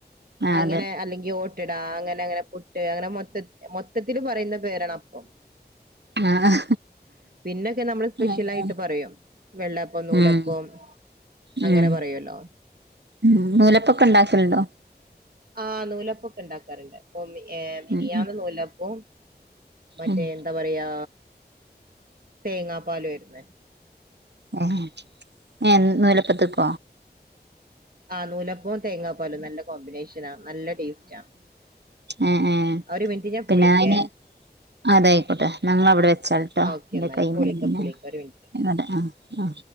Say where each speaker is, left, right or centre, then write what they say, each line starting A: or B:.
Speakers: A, on the right; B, on the right.
A: ആഹ്
B: അങ്ങനെ
A: അതെ
B: അല്ലെങ്കിൽ ഓട്ടട അങ്ങനെ അങ്ങനെ പുട്ട് അങ്ങനെ മൊത്ത മൊത്തത്തില് പറയുന്ന പേരാണ് അപ്പം
A: ആഹ്
B: പിന്നൊക്കെ നമ്മള് സ്പെഷ്യൽ
A: അതെ
B: ആയിട്ട് പറയും വെള്ളപ്പം നൂലപ്പം
A: ഉം
B: അങ്ങനെ
A: ഉം
B: പറയുമല്ലോ
A: ഉ നൂലപ്പൊക്കെ ഉണ്ടാക്കണ്ടോ
B: ആ് നൂലപ്പൊക്കെ ഉണ്ടാക്കാറുണ്ട് അപ്പൊ ന്ന്
A: ഉം
B: നൂലപ്പവും മറ്റേ
A: ഉം
B: എന്താ പറയാ തേങ്ങാപ്പാല ആുന്ന
A: ഏ ഏ നൂലപ്പത്തക്ക
B: ആഹ് നൂലപ്പവും തേങ്ങാപ്പാലും നല്ല കോമ്പിനേഷനാ നല്ല ടേസ്റ്റ് ആ
A: ആ ആ
B: അവര് മിനിറ്റ് ഞാൻ
A: പിന്നെ
B: പോൊളിക്ക
A: അയിന് അതായിക്കോട്ടെ ഞങ്ങ അവിടെ വെച്ചാൽട്ടോ
B: ഓക്കെ
A: എന്റെ
B: എന്നാല്
A: കൈ
B: ഇപ്പൊ
A: മരന
B: വിളിക്കാം ഇപ്പൊ വിളിക്കാം ഒരു മിനിറ്റ്
A: ഇല്ല ആ ആ